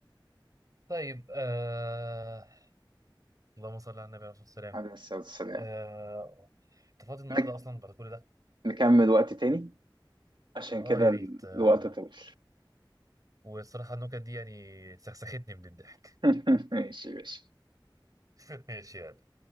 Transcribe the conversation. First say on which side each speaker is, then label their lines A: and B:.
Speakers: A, on the right; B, on the right.
A: طيب آه... اللهم صل على النبي عليه الصلاة والسلام
B: عليه الصلاة والسلام
A: آه... انت فاضي النهارده
B: نك-
A: اصلا بعد كل ده
B: نكمل وقت تاني عشان
A: اه
B: كده
A: يا ريت
B: ال-
A: آه...
B: الوقت طويل
A: والصراحة النكت دي يعني سخسختني من الضحك
B: <laughs> ماشي ماشي
A: <laughs> ماشي يعني